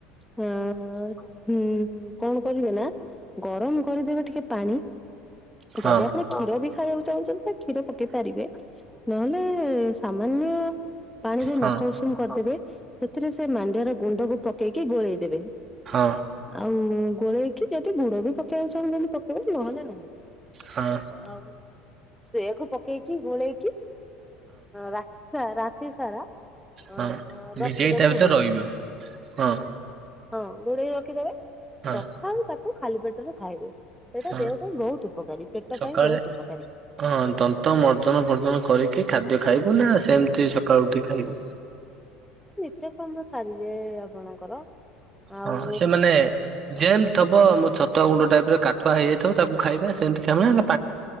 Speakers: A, in the centre; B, on the right.
A: ହଁ। ହୁଁ କଣ କରିବେ ନା ଗରମକରିଦେବେ ଟିକେ ପାଣି।
B: ହଁ
A: ଯଦି ଆପଣ କ୍ଷୀର ବି ଖାଇବାକୁ ଚାହୁଁଛନ୍ତି। କ୍ଷୀର ପକେଇ ପାରିବେ। ନହେଲେ ସାମାନ୍ୟ ପାଣିରେ
B: ହଁ
A: ନଖ ଉଷୁମ କରିଦେବେ। ସେଥିରେ ସେ ମାଣ୍ଡିଆ ର ଗୁଣ୍ଡକୁ ପକେଇକି ଗୋଳେଇଦବେ।
B: ହଁ
A: ଆଉ ଗୋଳେଇକି ଯଦି ଗୁଡ ବି ପକେଇବାକୁ ଚାହୁଁଛନ୍ତି ପକେଇବେ ନହେଲେ ନାହିଁ।
B: ହଁ
A: ଆଉ। ସେୟାକୁ ପକେଇକି ଗୋଳେଇକି ହଁ ରା ରାତି ସାରା
B: ହଁ
A: ଅ ରଖିଦେବେ
B: ଭିଜେଇ ତା ଭିତ
A: ଘୋଡେଇକି
B: ରହିବ। ହଁ।
A: ହଁ ଘୋଡେଇ ରଖିଦେବେ।
B: ହଁ
A: ସଖାଳୁ ତା ଖାଲି ପେଟରେ ଖାଇବେ। ସେଇଟା
B: ହଁ
A: ଦେହ ପାଇଁ ବହୁତ ଉପକାରୀ ପେଟ
B: ସକାଳେ
A: ପାଇଁ ବହୁତ ଉପକାରୀ
B: ହଁ ଦନ୍ତ ମର୍ଜନ ଭର୍ଜନ କରିକି ଖାଦ୍ୟ ଖାଇବୁ ନା ସେମିତି ସକାଳୁ ଉଠି ଖାଇବୁ।
A: କେତେ କାମ ସାରିବେ ଆପଣଙ୍କର। ଆଉ
B: ହଁ ସେମାନେ ଯେମତି ଥିବ ମୋ ଛତଆ ଗୁଣ୍ଡ ଟାଇପ କାଠୁଆ ହେଇଯାଇଥିବ ତାକୁ ଖାଇବା ସେମିତି ଖାଇ